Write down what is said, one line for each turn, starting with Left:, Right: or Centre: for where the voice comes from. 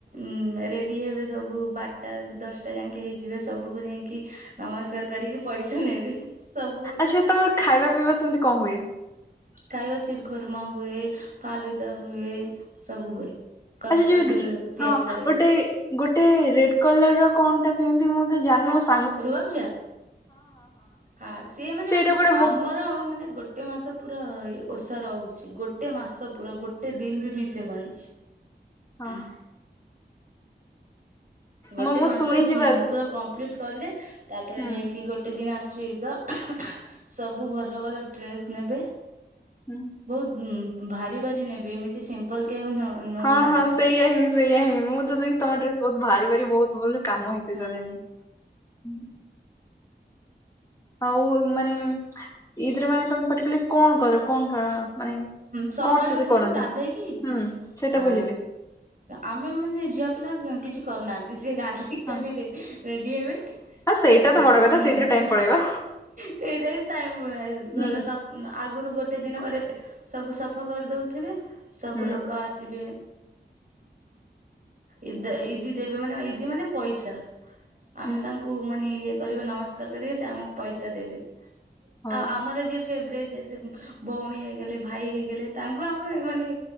Right: ଉଁ ରେଡି ହେବେ ସବୁ ବାରଟା ଦଶ ସେ ଯାଇଁକି ହେଇଯିବେ ସବକୁ ଯାଇଁକି ନମସ୍କାର କରିକି ପଇସା ନେବେ। ସବୁ
Left: ଆଚ୍ଛା ତମର ଖାଇବା ପିଇବା ସେମିତି କଣ ହୁଏ?
Right: ଖାଇବା ଶିରଖୁର୍ମା ହୁଏ ଫାଲୁଦା ହୁଏ ସବୁ ହୁଏ। କଷ୍ଟଡ
Left: ଆ ସେ ଯୋଉ
Right: ତିଆରି
Left: ହଁ
Right: କରେ
Left: ଗୋଟେ ଗୋଟେ ରେଡ କଲର ର କଣ ଟା ପିଅନ୍ତି, ମୁଁ ତ ଜାଣିନି ମୋ ସା
Right: ରୁଆବଯା ହଁ ସେ ମାନେ
Left: ସେଇଟା ପରା ବୋ
Right: ଆମର ମାନେ ଗୋଟେ ଗୋଟେ ମାସ ପୁରା ଓଷା ରହୁଛି, ଗୋଟେ ମାସ ପୁରା ଗୋଟେ ଦିନ ବି ମିଶ ହବନି।
Left: ହଁ
Right: ହ ଗୋଟେ
Left: ମୁଁ ମୁଁ
Right: ମାସ
Left: ଶୁଣିଛି ବାସ୍
Right: ପୁରା କମ୍ପ୍ଲିଟ କଲେ ତାପରେ
Left: ହୁଁ
Right: ଯାଇକି ଗୋଟେ ଗୋଟେ ଦିନ ଆସଛି ଇଦ୍ ସବୁ ଭଲ ଭଲ ଡ୍ରେସ ନେବେ।
Left: ହୁଁ।
Right: ବହୁତ ଭାରି ଭାରି ନେବେ, ଏମିତି ସିମ୍ପ ଲ କେହି ଆଉ ନଉନାହାନ୍ତି।
Left: ହଁ ହଁ ସେଇଆା
Right: ନଉ
Left: ହିଁ ସେଇଆ ହିଁ ମୁଁ ଯଦି ତମ ଡ୍ରେ ବହୁତ ଭାରି ଭାରି ବହୁତ ଭଲ କାମ ହେଇଛି
Right: ହଁ
Left: ତା ଦେହରେ ଆଉ ମାନେ ଇଦ୍ ରେ ମାନେ ତମେ ପଟିକୁଲାର କଣ କର, କଣ କ ମାନେ
Right: ସକାଳେ
Left: କଣ ସେଥିରେ
Right: ଉଠେଇ
Left: କରନ୍ତି
Right: ଗାଧେଇକି
Left: ହୁଁ ସେଇଟା
Right: ଆ
Left: ବୁଝିଲି
Right: ଆମେ ମାନେ ଝିଅ ପିଲା କିଛି କରୁନାହାନ୍ତି, ସେ ଗାଧେଇକି
Left: ହଁ
Right: ଖାଲି ରେଡି ରେଡ଼ି ହେବି।
Left: ହଁ ସେଇଟା
Right: ହୁଁ
Left: ତ ବଡ କଥା ସେଇଥିରେ ଟାଇମ ପଳେଇବ।
Right: ସେଇଟା ହିଁ ଟାଇମ
Left: ହୁଁ।
Right: ଘର ସବ୍ ଆଗରୁ ଗୋଟେ ଦିନ ପରେ ସବୁ ସଫା କରିଦଉଥିବେ। ସବୁ
Left: ହୁଁ
Right: ଲୋକ ଆସିବେ। ଇଦି ଦେବେ ମାନେ ଇଦି ମାନେ ପଇସା, ଆମେ
Left: ହୁଁ
Right: ତାଙ୍କୁ ମାନେ ଇଏ କରିବେ ନମସ୍କାର କରିବେ ସେ ଆମକୁ ପଇସା ଦେବେ,
Left: ହଁ
Right: ଆଉ ଆମର ଯିଏ ବ୍ରେଜ୍ ଜେସେ ଭଉଣୀ ହେଇଗଲେ ଭାଇ ହେଇଗଲେ ତାଙ୍କୁ ଆମେ ମାନେ